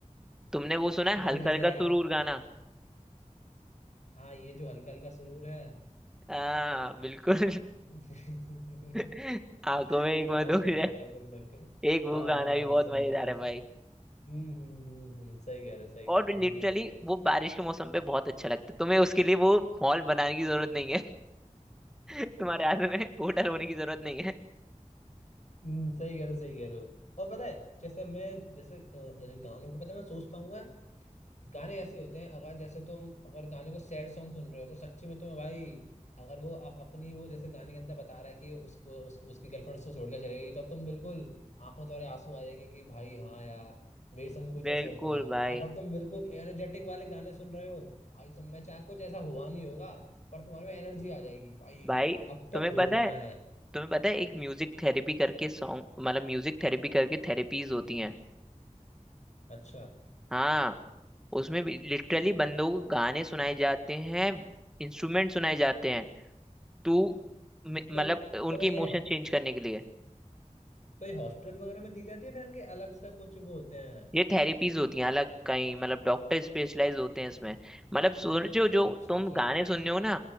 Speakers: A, in the centre; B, on the left.
A: तुमने वो सुना है
B: तो मैं
A: हल्का
B: भी जैसे
A: हल्का
B: यार
A: सुरूर गाना
B: हाँ ये जो हल्का हल्का सुरूर है
A: आ बिल्कुल
B: <laughs>
A: <laughs> आंखों
B: हाँ,
A: में एक मधुर
B: सुन
A: है
B: रखा सुन रखा
A: एक वो
B: हाँ
A: गाना
B: हाँ
A: भी
B: हाँ,
A: बहुत
B: सुन
A: मजेदार
B: रखा
A: है भाई
B: हम्म हम्म हम्म हम्म, सही कह रहे हो सही
A: और
B: कह रहे
A: लिटरली
B: हो बिल्कुल सही कह रहे हो
A: वो बारिश के मौसम पे बहुत अच्छा लगता है तुम्हें उसके लिए वो मॉल बनाने की जरूरत नहीं है <laughs> तुम्हारे हाथ में होटल
B: <laughs>
A: होने की जरूरत नहीं है
B: हम्म, सही कह रहे हो सही कह रहे हो और पता है जैसे मैं जैसे अ, गानों को पता है मैं सोचता हूँ गाने ऐसे होते हैं अगर जैसे तुम अगर गाने को सैड सॉन्ग सुन रहे हो तो सच्ची में तुम्हें भाई अगर वो अ- अपनी वो जैसे गाने के अंदर बता रहा है कि उस, उस उसकी गर्लफ्रेंड उसको छोड़कर चले गई तो तुम बिल्कुल आंखों द्वारा आंसू आ जाएंगे कि भाई हाँ यार मेरे संग भी कुछ
A: बिल्कुल
B: ऐसा हो गया
A: भाई
B: अगर तुम बिल्कुल एनर्जेटिक वाले गाने सुन रहे हो भाई तुम मैं चाहे कुछ ऐसा हुआ नहीं होगा पर तुम्हारे में एनर्जी आ जाएगी भाई
A: भाई
B: अब तो
A: तुम्हें
B: फोड़ना
A: पता है
B: है
A: तुम्हें पता है एक म्यूजिक थेरेपी करके सॉन्ग मतलब म्यूजिक थेरेपी करके थेरेपीज होती हैं
B: अच्छा
A: हाँ उसमें भी लिटरली बंदों को गाने सुनाए जाते हैं इंस्ट्रूमेंट सुनाए जाते हैं तो मे-
B: क्या
A: मतलब उनके
B: तो भाई
A: इमोशन
B: ये
A: चेंज करने के लिए
B: तो ये हॉस्टल वगैरह में दी जाती है फिर इनके अलग से कुछ वो होते हैं
A: ये थेरेपीज होती हैं अलग कहीं मतलब डॉक्टर स्पेशलाइज होते हैं इसमें मतलब सोचो जो
B: अच्छा
A: तुम
B: अच्छा
A: गाने सुन रहे हो ना